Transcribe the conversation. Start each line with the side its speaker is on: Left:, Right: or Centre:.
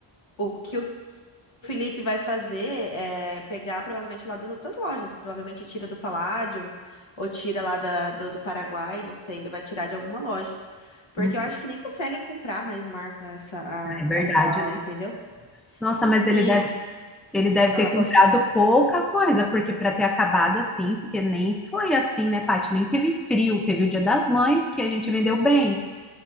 Left: O que o O Felipe vai fazer é pegar provavelmente lá das outras lojas. Provavelmente tira do Palladium ou tira lá da- do, do Paraguai, não sei. Ele vai tirar de alguma loja. Porque
Centre: Hum,
Left: eu acho que nem consegue comprar mais Marco essa, a-
Centre: é verdade,
Left: essa hora,
Centre: né?
Left: entendeu?
Centre: Nossa, mas ele
Left: E,
Centre: deve, ele deve
Left: ah,
Centre: ter
Left: pô,
Centre: comprado pouca coisa, porque para ter acabado assim, porque nem foi assim, né, Paty? Nem teve frio, teve o Dia das Mães que a gente vendeu bem,